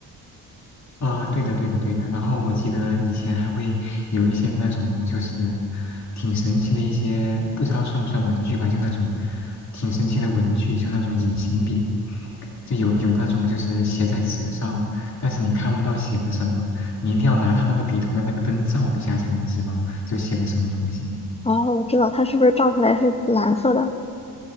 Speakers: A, on the left; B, on the left.
A: 啊，对的，对的，对的。然后我记得以前还会有一些那种就是挺神奇的一些，不知道算不算玩具吧，就那种挺神奇的文具，就那种隐形笔，就有有那种就是写在纸上，但是你看不到写的什么，你一定要拿它那个笔头的那个灯照一下才能知道就写的什么东西。
B: 哦，我知道它是不是照出来是蓝色的？